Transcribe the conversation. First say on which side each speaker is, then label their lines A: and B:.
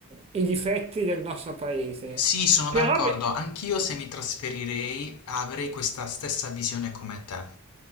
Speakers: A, on the right; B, on the left.
A: i difetti del nostro paese.
B: sì, sono
A: Però,
B: d'accordo,
A: ve-
B: anch'io se mi trasferirei avrei questa stessa visione come te.